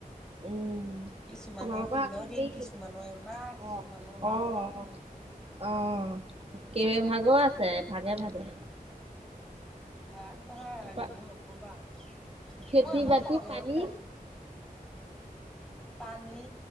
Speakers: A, on the right; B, in the centre.
A: উম।
B: কিছুমানৰ
A: তোমালোকৰ
B: ষোল্ল
A: আকৌ
B: দিন
A: হেৰি
B: কিছুমানৰ এমাহ কিছুমানৰ
A: অ
B: বাৰ
A: অ অ।
B: দিন
A: অ কেইবা ভাগো আছে, ভাগে ভাগে।
B: এ ভাগ ভাগ,
A: তাৰপা
B: এইবোৰ নকবা আৰু।
A: খেতি
B: মোৰ এইবোৰ
A: বাতি
B: খং
A: পানী
B: এ উঠে। পানী